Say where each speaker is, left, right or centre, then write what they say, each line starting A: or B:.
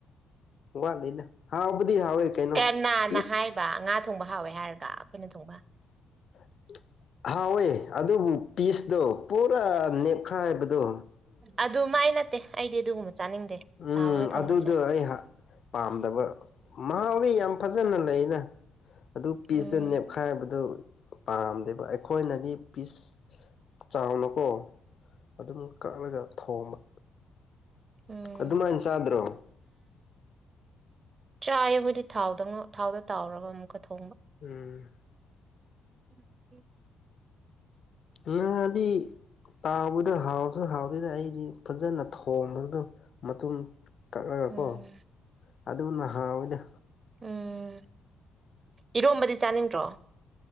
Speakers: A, on the left; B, on the right.
A: ꯋꯥꯂꯤꯗ ꯍꯥꯎꯕꯨꯗꯤ ꯍꯥꯥꯎꯏ ꯀꯩꯅꫭ
B: ꯀꯅꯥꯅ
A: ꯄꯤꯁ
B: ꯍꯥꯏꯕ ꯉꯥ ꯊꯣꯡꯕ ꯍꯥꯎꯋꯦ ꯍꯥꯏꯔꯒ ꯑꯩꯈꯣꯏꯅ ꯊꯣꯡꯕ
A: <inaudible> ꯍꯥꯎꯋꯦ ꯑꯗꯨꯕꯨ ꯄꯤꯁꯇꯣ ꯄꯨꯔꯥ ꯅꯦꯛꯈꯥꯏꯕꯗꯣ
B: ꯑꯗꯨ ꯃꯥꯏ ꯅꯠꯇꯦ ꯑꯩꯗꯤ ꯑꯗꯨꯒꯨꯝꯕ ꯆꯥꯅꯤꯡꯗꯦ
A: ꯎꯝ
B: ꯇꯥꯎꯔ ꯊꯣꯡꯕ
A: ꯑꯗꯨꯗꯣ
B: ꯆꯥꯏ
A: ꯑꯩ ꯍꯥ ꯄꯥꯝꯗꯕ ꯃꯍꯥꯎꯗꯤ ꯌꯥꯝ ꯐꯖꯅ ꯂꯩꯅ ꯑꯗꯨ ꯄꯤꯁꯇꯨ
B: ꯎꯝ
A: ꯅꯦꯞꯈꯥꯏꯕꯗꯨ ꯄꯥꯝꯗꯦꯕ ꯑꯩꯈꯣꯏꯅꯗꯤ ꯄꯤꯁ ꯆꯥꯎꯅꯀꯣ ꯑꯗꯨꯝ ꯀꯛꯂꯒ ꯊꯣꯡꯕ
B: ꯎꯝ
A: ꯑꯗꯨꯃꯥꯏꯅ ꯆꯥꯗ꯭ꯔꯣ
B: ꯆꯥꯏ ꯈꯣꯏꯗꯤ ꯊꯥꯎꯗ ꯉꯧ ꯊꯥꯎꯗ ꯇꯥꯎꯔꯒ ꯑꯃꯨꯛꯀ ꯊꯣꯡ
A: ꯎꯝ
B: <inaudible>
A: ꯉꯥ ꯗꯤ ꯇꯥꯎꯕꯗꯨ ꯍꯥꯎꯁꯨ ꯍꯥꯎꯗꯦꯗ ꯑꯩꯗꯤ ꯐꯖꯅ ꯊꯣꯡꯕꯗꯨ ꯃꯇꯨꯡ ꯀꯛꯂꯒꯀꯣ
B: ꯎꯝ
A: ꯑꯗꯨꯅ ꯍꯥꯎꯋꯤꯗ
B: ꯎꯝ ꯏꯔꯣꯝꯕꯗꯤ ꯆꯥꯅꯤꯡꯗ꯭ꯔꯣ